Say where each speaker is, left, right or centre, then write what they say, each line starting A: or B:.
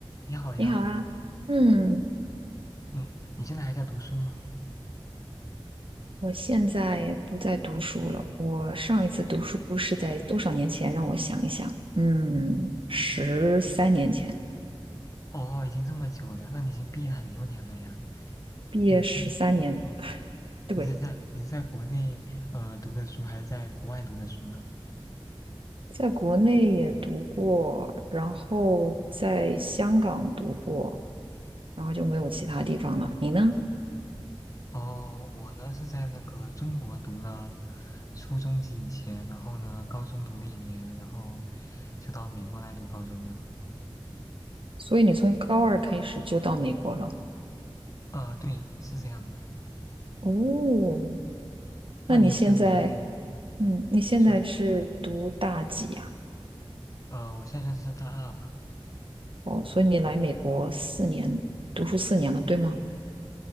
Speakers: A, on the left; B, on the right.
A: 你好呀，
B: 你好啊，嗯，
A: 嗯，你现在还在读书吗？
B: 我现在不再读书了。我上一次读书是在多少年前？让我想一想，嗯，十三年前，
A: 哦，已经这么久了，那你已经毕业很多年了呀。
B: 毕业十三年，
A: 你是，嗯，
B: 对，
A: 你是在你是在国内呃读的书，还是在国外读的书呢？
B: 在国内也读过，然后在香港读过，然后就没有其他地方了。你呢？
A: 哦，我呢是在那个中国读了初中及以前，然后呢高中读了一年，然后就到美国来读高中了。
B: 所以你从高二开始就到美国了。
A: 呃，对，是这样的。
B: 哦，
A: 那你有在国内，
B: 那你现在，
A: 嗯，
B: 嗯，你现在是读大几呀？
A: 你说，呃，我现在算是大二吧？
B: 哦，所以你来美国四年，读书四年了，对吗？